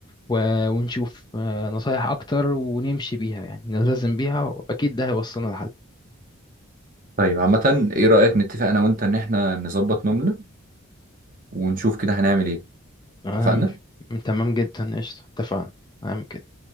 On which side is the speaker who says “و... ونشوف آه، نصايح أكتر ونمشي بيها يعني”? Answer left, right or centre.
Left